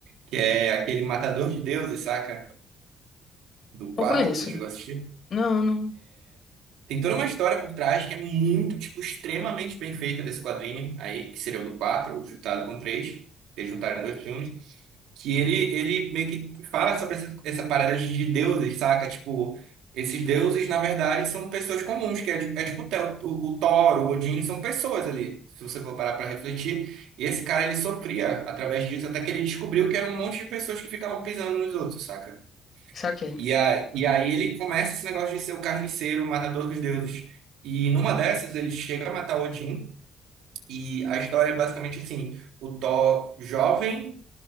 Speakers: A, on the right; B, on the left.
A: que é aquele Matador de Deuses, saca? Do 4,
B: Não conheço.
A: você chegou a assistir?
B: Não, não.
A: Tem toda uma história por trás que é muito, tipo, extremamente bem feita desse quadrinho aí, que seria o do 4 ou juntado com 3, eles juntaram dois filmes, que ele, ele meio que fala sobre essa, essa parada de de deuses, saca? Tipo, esses deuses, na verdade, são pessoas comuns, que é, de- é tipo o, Theo- o, o Thor, o Odin, são pessoas ali, se você for parar pra refletir. E esse cara, ele sofria através disso, até que ele descobriu que era um monte de pessoas que ficavam pisando nos outros, saca?
B: Saquei.
A: E, a, e aí ele começa esse negócio de ser o carniceiro, o matador dos deuses. E numa dessas ele chega a matar Odin. E a história é basicamente assim: o Thor jovem,